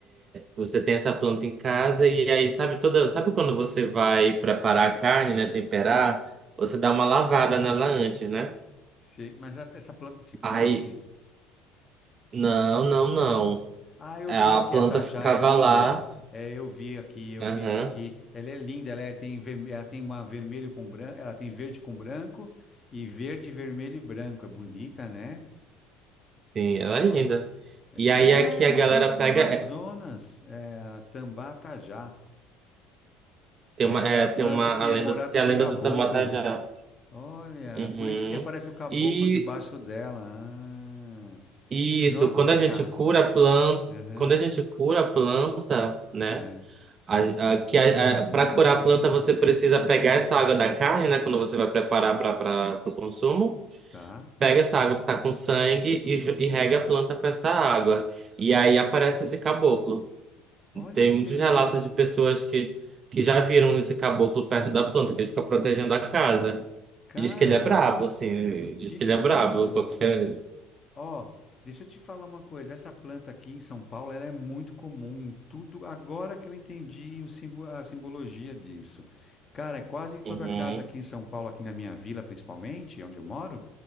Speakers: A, on the right; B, on the left.
A: Você tem essa planta em casa e aí sabe toda, sabe quando você vai preparar a carne, né, temperar, você dá uma lavada nela antes, né?
B: Se- Mas a- essa planta se come?
A: Aí, não, não, não.
B: Ah, Ah, eu
A: É,
B: vi
A: A
B: aqui
A: planta
B: a Tajá,
A: ficava
B: é linda.
A: lá.
B: É, eu vi aqui, eu
A: Aham.
B: fiz aqui. Ela é linda, ela é- tem, verme- ela tem uma vermelho com branco, ela tem verde com branco e verde, vermelho e branco. É bonita, né?
A: Sim, ela
B: Olha.
A: é linda.
B: É,
A: E
B: li-
A: aí
B: ah,
A: aqui
B: é
A: a
B: uma
A: galera
B: planta da
A: pega,
B: Amazonas,
A: é,
B: é a Tambá Tajá.
A: tem
B: É
A: uma, é,
B: a planta
A: tem uma
B: que
A: a lenda,
B: é morada
A: tem
B: do
A: a lenda
B: caboclo.
A: do Tamatajá.
B: Olha,
A: Uhum.
B: por isso que aparece o caboclo
A: E,
B: debaixo dela. Ah.
A: e
B: Nossa,
A: isso, quando a gente
B: cara.
A: cura a planta,
B: Aham,
A: quando a gente cura a planta, né?
B: é,
A: A- a- que para curar a planta, você precisa pegar essa água da carne, né? Quando você vai preparar para o consumo,
B: tá.
A: pega essa água que tá com sangue e, jo- e rega a planta com essa água. E aí aparece esse caboclo.
B: Olha
A: Tem
B: que
A: muitos
B: interessante.
A: relatos de pessoas que, que já viram esse caboclo perto da planta, que ele fica protegendo a casa.
B: Cara,
A: E diz que ele é brabo, assim. Diz
B: que
A: que
B: lindo!
A: ele é brabo. Qualquer.
B: Ó, deixa eu te falar uma coisa. Essa planta aqui em São Paulo, ela é muito comum em tudo. Agora que eu entendi o simbo- a simbologia disso. Cara, é quase toda
A: Uhum,
B: casa aqui em São Paulo, aqui na minha vila principalmente, onde eu moro,